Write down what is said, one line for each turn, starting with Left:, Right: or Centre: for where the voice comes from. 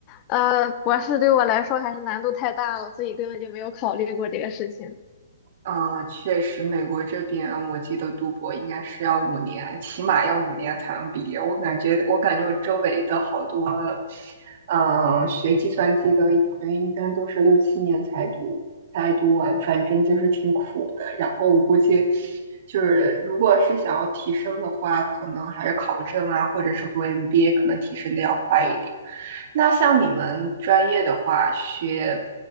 Left: 呃，博士对我来说还是难度太大了，所以根本就没有考虑过这个事情。
Right: 嗯，确实，美国这边我记得读博应该是要五年，起码要五年才能毕业。我感觉，我感觉我周围的好多，嗯，学计算机的，好像一般都是六七年才读，才读完，反正就是挺苦的。然后我估计就是，如果是想要提升的话，可能还是考证啊，或者是读 MBA，可能提升的要快一点。那像你们专业的话，学，